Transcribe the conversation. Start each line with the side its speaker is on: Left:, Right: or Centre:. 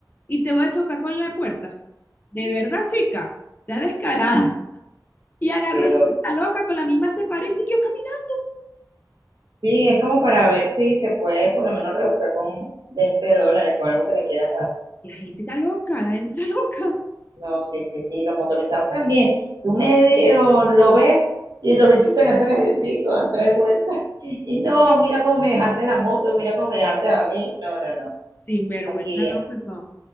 Left: Y te voy a chocar con la puerta. De verdad, chica, ya descarada. Y agarró
Right: Que
Left: esa
Right: lo...
Left: loca, con la misma se paró y siguió caminando.
Right: Sí, es como para ver si se puede por lo menos rebuscar con 20 dólares, con algo que le quieras dar.
Left: La gente está loca, la gente está <laughs> loca.
Right: No, sí, sí, sí, los motorizados también. Tú medio lo ves y los bichos se lanzan en el piso, dan tres vueltas. Y no, mira cómo me dejaste la moto, mira cómo me dejaste a mí. No, no, no.
Left: Sin vergüenza
Right: Aquí,
Left: lo que son.